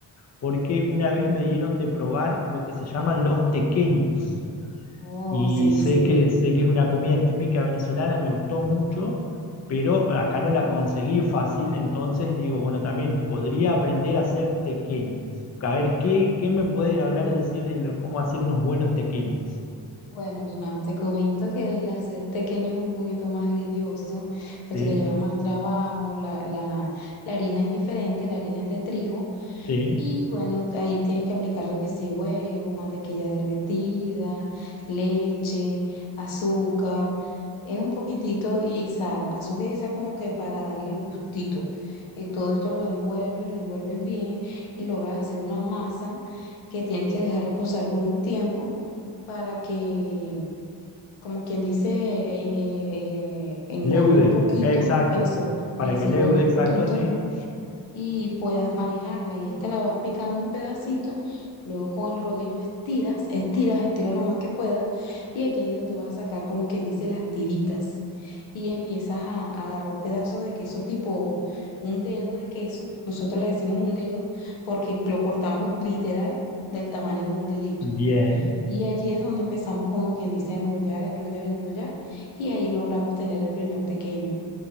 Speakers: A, on the left; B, on the left.
A: porque una vez me dieron de probar lo que se llaman los tequeños.
B: Oh,
A: Y
B: sí,
A: sé
B: sí.
A: que, sé que es una comida típica venezolana, me gustó mucho, pero acá no la conseguí fácil, entonces digo, bueno, también podría aprender a hacer tequeños. A ver, ¿qué, qué me puedes hablar, decir de lo- cómo hacer unos buenos tequeños?
B: Bueno, Hernán, te comento que el hacer tequeño es un poquito más lidioso, puesto
A: Sí,
B: que lleva más trabajo, la, la, la harina es diferente, la harina es de trigo.
A: sí.
B: Y bueno, ahí tienes que aplicarle que sí, huevo, mantequilla derretida, leche, azúcar, es un poquitito y sal, azúcar y sal como que para darle el gustito. Eh, todo esto lo envuelves, lo envuelves bien y logras hacer una masa que tienes que dejar reposar por un tiempo para que, como quien dice, eh, eh, eh, engorde
A: Leude,
B: un poquito,
A: exacto.
B: eso,
A: Para
B: eso
A: que leude,
B: engorde un
A: exacto,
B: poquito
A: sí.
B: y puedas manejarla. Y esta la vas picando en pedacitos, luego con el rodillo estiras, estiras, estiras lo más que puedas, y allá es donde vas a sacar como quien dice las tiritas. Y empiezas a, a agarrar pedazos de queso tipo un dedo de queso. Nosotros le decimos un dedo porque lo cortamos literal del tamaño de un dedito.
A: Bien.
B: Y allí es donde empezamos como quien dice a enrollar, enrollar, enrollar, y ahí logramos tener el primer tequeño.